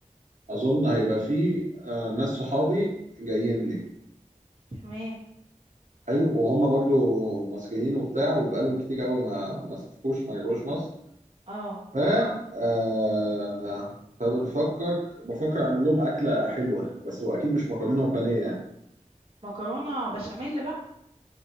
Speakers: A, on the right (about 65°); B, on the right (about 45°).
A: اظن هيبقى فيه آه، ناس صحابي جايين لي
B: تمام
A: حلو وهم برضو مصريين وبتاع وبقالهم كتير قوي ما ما سافروش ما رجعوش مصر
B: اه
A: ف آه، فبنفكر بفكر اعمل لهم اكله حلوه بس واكيد مش مكرونه وبانيه يعني
B: مكرونة بشاميل بقى